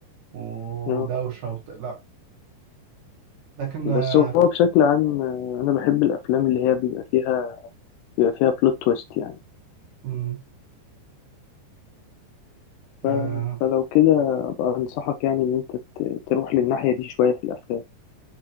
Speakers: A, on the right (about 60°); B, on the left (about 80°).
A: ودوشة
B: آه.
A: وبتاع لا لكن آه،
B: بس هو بشكل عام آه، انا بحب الافلام اللي هي بيبقى فيها بيبقى فيها بلوت تويست يعني
A: مم، آه،
B: ف... فلو كده ابقى انصحك يعني ان انت ت- تروح للناحية دي شوية في الافلام